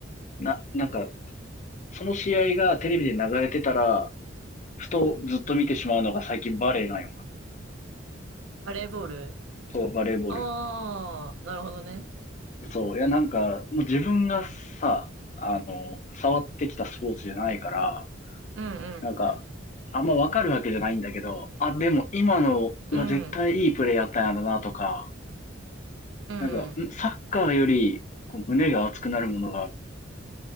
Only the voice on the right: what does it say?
バレーボール
ああなるほどね。
うんうん。
うん。うん。